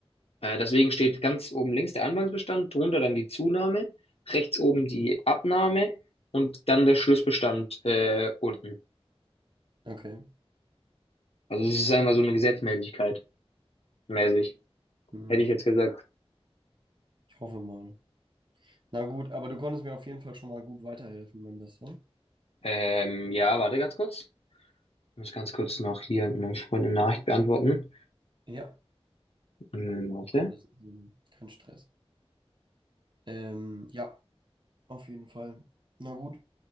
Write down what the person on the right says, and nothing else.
Okay.
Mhm.
Ich hoffe mal. Na gut, aber du konntest mir auf jeden Fall schon mal gut weiterhelfen, mein Bester.
Ja,
Ja. ähm, kein Stress. Ähm, ja, auf jeden Fall. Na gut,